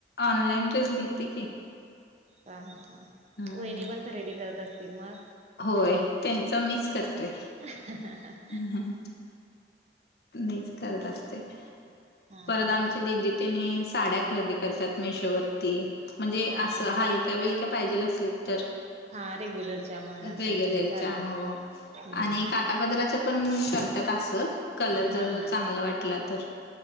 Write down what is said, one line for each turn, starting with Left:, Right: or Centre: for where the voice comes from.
Left: ऑनलाइन ड्रेस घेते की?
Right: हा, हा, हा,
Left: हम्म
Right: वैणी पण, खरेदी करत असतील मग?
Left: होय, त्यांच मीच करतोय.
Right: ह, ह, ह, ह
Left: हम हं, मीच करत असते.
Right: हा
Left: परत
Right: हा
Left: आमची, दीदी तेनी, साड्या खरेदी करतात मेशोवररती. म्हणजे,
Right: हा
Left: असं
Right: हा हा
Left: हलक्या -बिलक्या पाहिजेल असली तर
Right: हा रेग्युलरच्या म
Left: <unintelligible>
Right: अशा तेन चालतय
Left: च्या हो,
Right: हम्म
Left: आणि काटापदराच्या पण करतात असं, कलर
Right: हा
Left: जर
Right: हा
Left: चांगला वाटला तर,